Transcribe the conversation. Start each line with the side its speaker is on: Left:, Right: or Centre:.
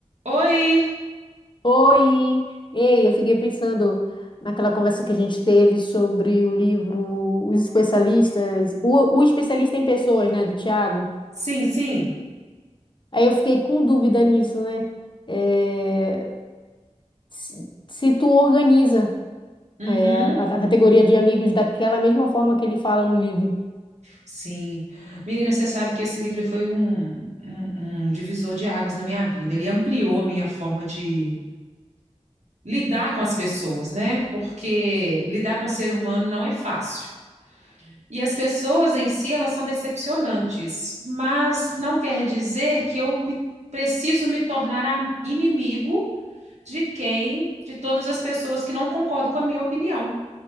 Right: Oi!
Left: Oi! Ei, eu fiquei pensando naquela conversa que a gente teve sobre o livro Os Especialistas, o, o Especialista em Pessoas, né, do Tiago.
Right: Sim, sim.
Left: Aí eu fiquei com dúvida nisso, né? É, se, se tu organiza
Right: Uhum.
Left: é, a, a categoria de amigos daquela mesma forma que ele fala no livro,
Right: Sim. Menina, você sabe que esse livro foi um, um, um divisor de águas na minha vida. Ele ampliou a minha forma de lidar com as pessoas, né? Porque lidar com o ser humano não é fácil. E as pessoas em si, elas são decepcionantes, mas não quer dizer que eu me- preciso me tornar a- inimigo de quem, de todas as pessoas que não concordam com a minha opinião.